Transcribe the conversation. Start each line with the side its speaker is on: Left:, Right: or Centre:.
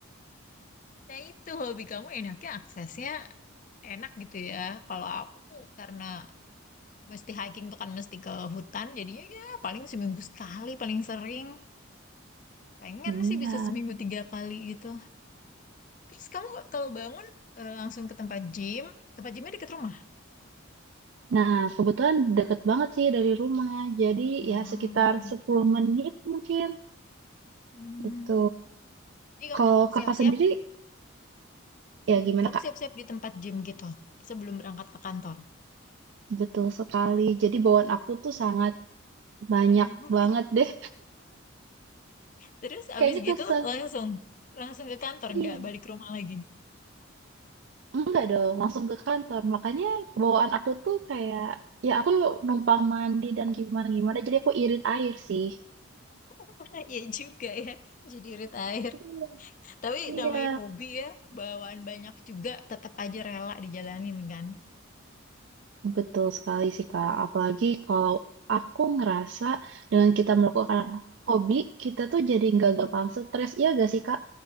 Left: Nah itu hobi kamu enaknya aksesnya enak gitu ya. Kalau aku karena mesti hiking tuh kan mesti ke hutan. Jadinya ya paling seminggu sekali paling sering. Pengen
Right: Iya.
Left: sih bisa seminggu tiga kali gitu. Terus kamu kalau bangun eh, langsung ke tempat gym. Tempat gymnya deket rumah.
Right: Nah, kebetulan deket banget sih dari rumah. Jadi
Left: Ya.
Right: ya sekitar 10 menit mungkin
Left: Hmm.
Right: gitu.
Left: Jadi kamu
Right: Kalau Kakak
Left: siap-siap
Right: sendiri ya
Left: Hmm,
Right: gimana
Left: Kamu
Right: Kak?
Left: siap-siap di tempat gym gitu sebelum berangkat ke kantor.
Right: Betul sekali. Jadi bawaan aku tuh sangat banyak
Left: <laughs>
Right: banget deh.
Left: Terus
Right: <laughs>
Left: abis
Right: Kayaknya
Left: gitu
Right: kesel.
Left: langsung langsung ke kantor
Right: Iya.
Left: nggak balik ke rumah lagi.
Right: Enggak dong, langsung ke kantor. Makanya bawaan aku tuh kayak, ya aku numpang mandi dan gimana-gimana, jadi aku irit air sih.
Left: <laughs> Ya juga ya, jadi irit air.
Right: Iya.
Left: Tapi
Right: Iya,
Left: namanya hobi ya, bawaan banyak juga tetap aja rela dijalanin kan.
Right: betul sekali sih Kak. Apalagi kalau aku ngerasa dengan kita melakukan hobi, kita tuh jadi nggak gampang stres. Iya gak sih Kak?